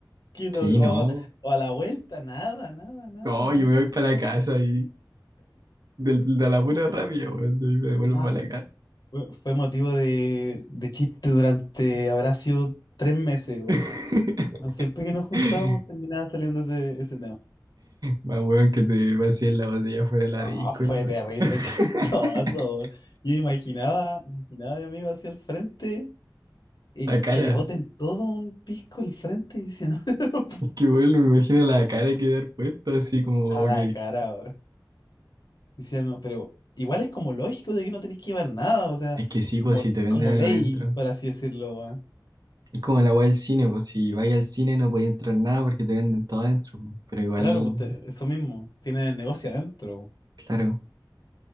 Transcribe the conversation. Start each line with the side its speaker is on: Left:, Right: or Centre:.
Left: alguien
Right: sí,
Left: <laughs> o,
Right: no,
Left: o- o a la vuelta. Nada, nada, nada,
Right: no,
Left: weón.
Right: yo me voy para la casa y del- de la pura rabia, weón, y me devuelvo
Left: Nada.
Right: para la casa.
Left: Fue fue motivo de, de chiste durante, habrá sido tres meses, weón.
Right: <laughs>
Left: Bueno, Siempre que nos juntábamos terminaba saliendo ese, ese tema.
Right: Más weón que te vacíen la botella fuera de la
Left: No,
Right: disco,
Left: fue
Right: la weón.
Left: terrible,
Right: <laughs>
Left: <laughs> chistoso, weón. Yo imaginaba, imaginaba a mi amigo hacia el frente y
Right: La cara,
Left: que le boten todo un pisco al frente y diciendo <laughs>
Right: es que bueno, me imagino la cara que dar puesta, así como, ok.
Left: a la cara, weón. Hicieron, pero igual es como lógico de que no tenéis que llevar nada, o sea,
Right: Es que sí,
Left: como,
Right: pues si
Left: es
Right: te venden
Left: como
Right: algo
Left: ley,
Right: adentro.
Left: por así decirlo, weón.
Right: Es como la weá del cine, pues si vais al cine no podéis entrar nada porque te venden todo adentro. po. Pero igual,
Left: Claro, pues te- eso mismo, tiene el negocio adentro.
Right: claro.